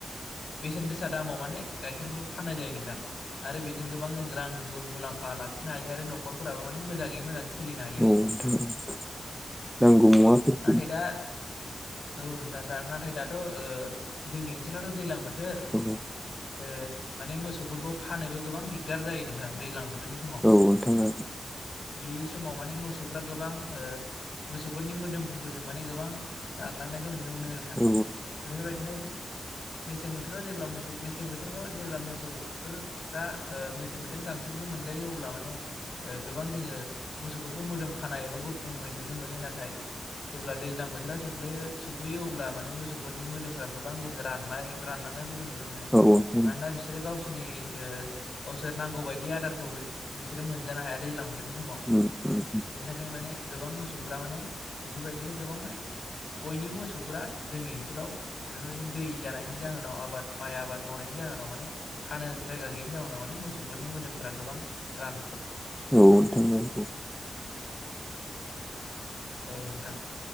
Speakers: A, on the left (about 75°); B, in the centre.
A: बेसेन गोसा दा <unintelligible> दामाव माने गाइखेरफोरखौ फाननाय जायो नोंथां। आरो बेजों गोबां जों रांबो मुलाम्फा लाखिनो हायो आरो न'खरफोराबो माने मोजाङै मोजां सोलिनो हायो
B: औ नोंथां नांगौ मुवाफोरखौ
A: नाथाय दा औ नोंथां दा नाथाय दाथ' ओ जोंनि ओनसोलावथ' दैलां बोथ थोर
B: औ
A: ओ माने मोसौफोरखौ खानोबो गोबां दिगदार जायो नोंथां दैलां बोथ थोरनि समाव
B: औ नोंथां औ
A: बेस समाव माने मोसौफ्रा गोबां ओ मोसौफोरनि मोदोमफोरखौ जों माने गोबां रानलांनायखौ नु नो मोनो नोंथां
B: औ
A: बेफोरबायदिनो मेसें बोथोराव जेब्ला मोसौ मेसें बोथोराव जेब्ला मोसौफोर दा ओ मेसें बोथोरनि गांसोफोरखौ मोनजायो अब्ला माने ओ गोबां जोङो मोसौफोरखौ मोदोम खानाय एबा गुुफुंङै नुनो मोनो नाथाय जेब्ला दैज्लां बोथोरा सौफ्लैयो सफैयो अब्ला माने मोस सौफोरनि मोदोमफ्रा गोबां जोङो राननाय रानलांनायफोरखौ नुनो मोनो
B: औ नोंथां
A: मानोना बिसोरो गावसोरनि ओ गावसोर नांगौ बायदि आदारखौ <unintelligible> बिसोरो मोनजानो हाया दैज्लां बोथ थोरनि समाव
B: उम उम
A: बिनि थाखाय माने गोबां मोसौफ्रा माने बेफोरबायदिनो गोबां माने बयनिबो मोसौफोरा जोंनि ओनसोलाव बेफोरबायदि दै जानायनि जाहोनाव आबाद माइ आबाद मावनाय <unintelligible> जाहोनाव माने खानो जायगा गैयिनि जाउनाव माने मोसौफोरनि मोदोमफोरा गोबां रान
B: औ नोंथां नंगौ
A: औ नोंथां